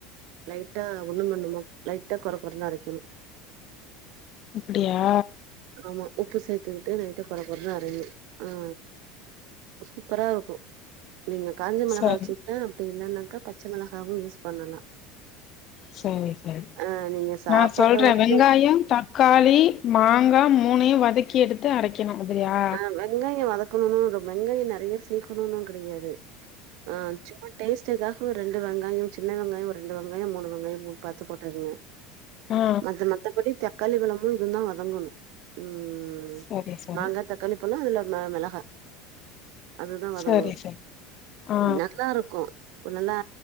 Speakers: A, on the right; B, on the left.
A: லைட்டா ஒண்ணு மண்ணுமா லைட்டா கொற கொறனு அரக்கேணு
B: அப்டியா
A: ஆமா உப்பு சேத்துக்கிட்டு லைட்டா கொற கொற நெறயு ஆ சூப்பரா இருக்கு நீங்க காஞ்ச மொளகா
B: சரி
A: வச்சுக்கலா அப்டி இல்லன்னாக்க பச்ச மொளகாவும் யூஸ் பண்ணலா
B: சரி சரி
A: ஆ நீங்க சாப்பாட்டோடையு
B: நா சொல்றே வெங்காயம் தக் களி மாங்கா மூனயு வதக்கி எடுத்து அரக்கெணு அப்டியா
A: ஆ வெங்காய வதக்கணுன்னா இல்ல வெங்காய நெறய சேர்க்கணுன்னா கெடயாது ஆ சும்மா டேஸ்டுக்காக ஒரு ரெண்டு வெங்காய சின்ன வெங்காய ஒரு ரெண்டு வெங்காய மூணு வெங்காய பாத்து போட்டுகங்க
B: ஆ
A: அது மத்தபடி தக்காளி பழமு இதுந்தா வதங்கணு ம்
B: சரி சரி
A: மாங்கா தக்காளி பழோ அதுல மெ-மெளகா அதுதா வதங்கணு
B: சரி சரி ஆ
A: நல்லா இருக் கு ஒரு நல்லா